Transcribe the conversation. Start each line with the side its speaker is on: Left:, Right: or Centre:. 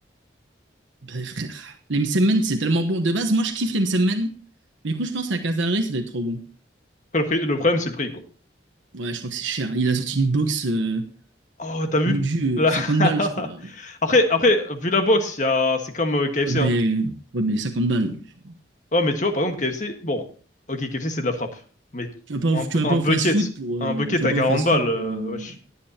Right: Ben, frère, les msemen, c'est tellement bon. De base, moi, je kiffe les msemen. Mais du coup, je pense à Casare, ça doit être trop bon.
Left: Après, le prix- le problème, c'est le prix, quoi.
Right: Ouais, je crois que c'est cher. Il a sorti une box, euh,
Left: Oh, t'as vu?
Right: mon dieu,
Left: Là...
Right: 50
Left: <laughs>
Right: balles, je crois.
Left: Après, après, vu la boxe, il y a... c'est comme euh, KFC,
Right: Ouais, Mais,
Left: hein.
Right: ouais, mais 50 balles. Genre,
Left: Ouais, mais tu vois, par exemple, KFC, bon. Ok, KFC, c'est de la frappe. Mais
Right: Tu vas pas
Left: un,
Right: au, tu
Left: bu-
Right: vas
Left: un
Right: pas
Left: bucket,
Right: au fast-food pour,
Left: un
Right: euh,
Left: bucket
Right: tu
Left: à
Right: vas pas
Left: 40
Right: au fast-food
Left: balles, euh,
Right: pour, euh,
Left: wesh.